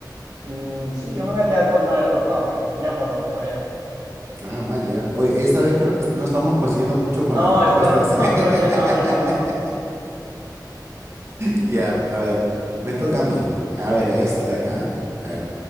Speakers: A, on the right; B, on the right.
A: Mm, sí, yo me voy a quedar con donar el cuerpo a la ciencia. Mira por dónde, Javier.
B: Ah, man, ya. Oye, esta vez creo que no estamos coincidiendo mucho
A: No,
B: con las respuestas.
A: esta no estamos
B: <laughs>
A: <laughs> coincidiendo mucho, ¿no?
B: Ya, a ver, me toca a mí.
A: Sí,
B: A ver, esta de acá. A ver,